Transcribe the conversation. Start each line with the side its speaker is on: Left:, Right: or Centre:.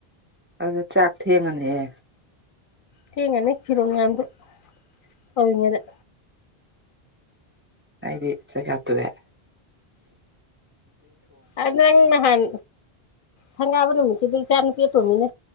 Right: ꯑꯗꯨꯗ ꯆꯥꯛ ꯊꯦꯡꯉꯅꯤꯍꯦ
Left: ꯊꯦꯡꯉꯥꯅꯤ <unintelligible>
Right: ꯑꯩꯗꯤ ꯆꯥꯛ ꯆꯥꯇꯣꯛꯑꯦ
Left: ꯑꯗꯣ ꯅꯪ ꯅꯍꯥꯟ
Right: <unintelligible>
Left: ꯁꯪꯒꯥꯕ ꯅꯨꯃꯤꯠꯀꯤꯗꯨ ꯏꯆꯥ ꯅꯨꯄꯤ ꯑꯇꯣꯝꯕꯤꯅꯦ